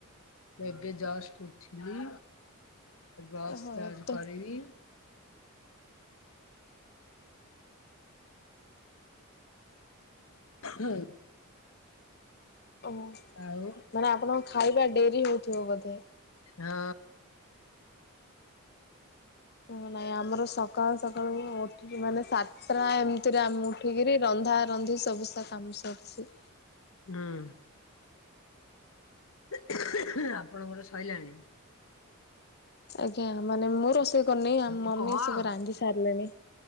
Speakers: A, on the left (about 70°); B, on the left (about 50°).
A: ଏବେ ଜାଷ୍ଟ ଉଠିଲି। ବ୍ରସ
B: ଓହୋ
A: ଯାଉଛି
B: ଏତେ
A: କରିବି। ହୁଁ
B: ଓ ମାନେ
A: ଆଉ
B: ଆପଣଙ୍କ ଖାଇବା ଡେରି ହଉଥିବ ବୋଧେ?
A: ହଁ
B: ହ ନାଇଁ ଆମର ସକାଳୁ ସକାଳୁ ଉଠୁଛିି ମାନେ ସାତଟା ଏମିତିରେ ଆମେ ଉଠିକିରି ରନ୍ଧା ରନ୍ଧି ସବୁସ କାମ ସରିଛି।
A: ହୁଁ ଆପଣଙ୍କର ସରିଲାଣି?
B: ଆଜ୍ଞା ମାନେ ମୁଁ ରୋଷେଇ କରିନି ଆମ
A: କଣ?
B: ମମି ସବୁ ରାନ୍ଧି ସାରିଲେଣି।